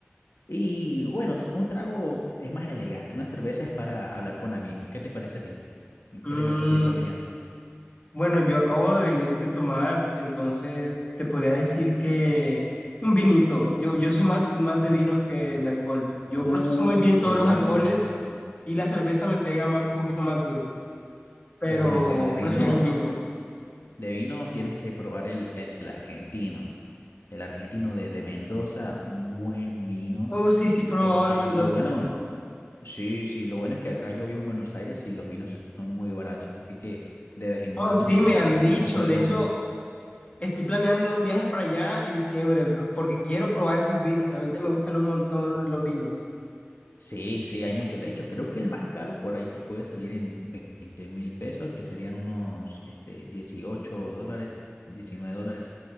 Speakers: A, on the left; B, on the left.
A: Y bueno, s- un trago es más elegante. Una cerveza es para hablar con amigos. ¿Qué te parece a ti? ¿Qué
B: Mm,
A: te parece a ti esa opinión?
B: Bueno, yo acabo de venir de tomar, entonces te podría decir que un vinito. Yo, yo soy más, más de vinos que de alcohol. Yo proceso
A: Uh,
B: muy bien todos
A: de
B: los
A: vino.
B: alcoholes y la cerveza me pega más- un poquito más duro, pero
A: Oye, pero de vino,
B: prefiero el vino.
A: de vino tienes que probar el, el, el argentino. El argentino de, de Mendoza, un buen vino.
B: Oh, sí, sí, he probado
A: Este,
B: el Mendoza.
A: lo bueno. Sí, sí, lo bueno es que acá yo vivo en Buenos Aires y los vinos son muy baratos, así que de vez en
B: Oh,
A: cuando
B: sí,
A: me,
B: me
A: me,
B: han
A: me
B: dicho.
A: compro algunos.
B: De hecho, estoy planeando un viaje para allá en diciembre p- porque quiero probar esos vinos. Realmente me gustan un montón los vinos.
A: Sí, sí, hay muchos. De hecho, creo que el más caro por ahí te puede salir en veinte mil pesos, que serían unos este, 18 dólares, 19 dólares.